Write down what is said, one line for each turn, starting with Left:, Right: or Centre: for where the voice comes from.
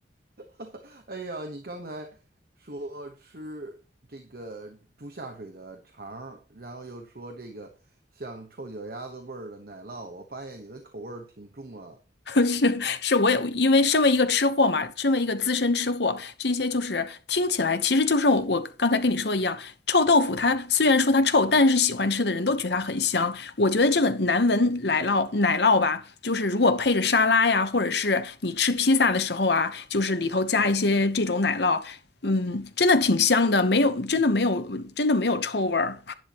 Right: <laughs> 哎呀，你刚才说吃这个猪下水的肠儿，然后又说这个像臭脚丫子味儿的奶酪，我发现你的口味儿挺重啊，
Left: <laughs> 是是，我也因为身为一个吃货嘛，身为一个资深吃货，这些就是听起来，其实就是我我刚才跟你说的一样，臭豆腐它虽然说它臭，但是喜欢吃的人都觉得它很香。我觉得这个难闻奶酪奶酪吧，就是如果配着沙拉呀，
Right: 嗯
Left: 或者是你吃披萨的时候啊，就是里头加一些这种奶酪，嗯，真的挺香的，没有真的没有真的没有臭味儿。